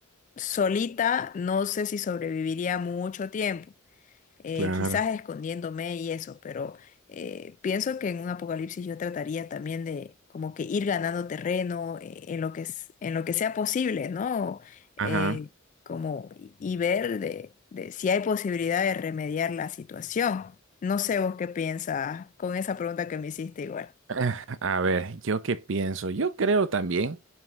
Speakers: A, on the left (about 40°); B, on the right (about 65°).
A: solita no sé si sobreviviría mucho tiempo eh,
B: claro.
A: quizás escondiéndome y eso, pero eh, pienso que en un apocalipsis yo trataría también de como que ir ganando terreno eh, en lo que es, en lo que sea posible, ¿no?
B: Ajá.
A: Eh,
B: <sighs>
A: como y, y ver de, de si hay posibilidad de remediar la situación. No sé vos qué piensas con esa pregunta que me hiciste igual.
B: Ah, A ver, ¿yo qué pienso? Yo creo también